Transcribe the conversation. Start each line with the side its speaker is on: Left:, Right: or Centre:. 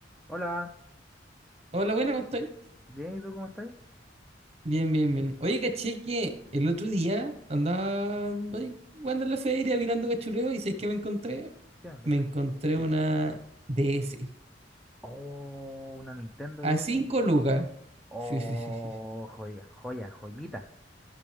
Centre: Hola,
Right: Hola, buena, ¿cómo estáis?
Centre: bien, ¿y tú cómo estás?
Right: Bien, bien, bien. Oye, caché que el otro día andaba ahí jugando en la feria, mirando cachureo, y ¿sabéis qué me encontré?
Centre: ¿Qué encontraste?
Right: Me encontré una DS
Centre: Oh, una Nintendo
Right: a
Centre: DS.
Right: 5 lucas.
Centre: Oh,
Right: Sí, sí, sí, sí. sí.
Centre: joya, joya, joyita.